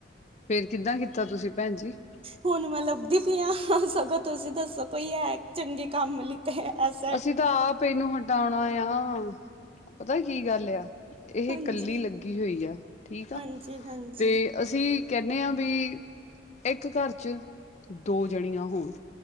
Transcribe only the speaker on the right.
ਹੁਣ ਮੈਂ ਲੱਭਦੀ ਪਈ ਆ ਸਗੋਂ ਤੁਸੀਂ ਦੱਸੋ ਕੋਈ ਹੈ ਚੰਗੇ ਕੰਮ ਵਾਲੀ ਤੇ ਐਸ
ਹਾਂਜੀ
ਹਾਂਜੀ ਹਾਂਜੀ